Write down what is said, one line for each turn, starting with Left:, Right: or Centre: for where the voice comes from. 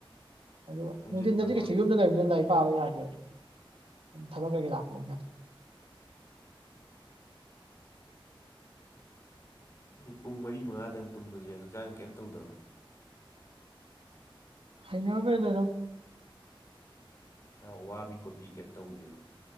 Right: ꯑꯗꯨꯒ
Left: ꯇꯨꯝꯁꯤꯠ
Right: ꯅꯨꯡꯗꯤꯟꯗꯗꯤ
Left: ꯐꯥꯕ꯭ꯔꯣ
Right: ꯀꯩꯁꯨ ꯌꯨꯝꯗ ꯂꯩꯕꯅꯤꯅ ꯂꯥꯏꯔꯤꯛ ꯄꯥꯕ ꯌꯥꯗꯦꯕ꯫ ꯊꯕꯛ ꯀꯩꯀꯩ ꯂꯥꯛꯄꯅꯤꯅ ꯌꯥꯗꯦ꯫
Left: ꯑꯗꯨ ꯄꯨꯡ ꯃꯔꯤ ꯃꯉꯥꯗꯪ ꯇꯨꯝꯕꯖꯦ ꯍꯛꯆꯥꯡ ꯀꯩꯝ ꯇꯧꯗꯕ꯭ꯔꯥ꯫
Right: ꯍꯩꯅꯒ꯭ꯔꯦꯗ ꯑꯗꯨꯝ꯫
Left: ꯏꯁꯥ ꯋꯥꯕꯤ ꯈꯣꯠꯄꯤ ꯀꯩꯝ ꯇꯧꯗꯦꯕ꯫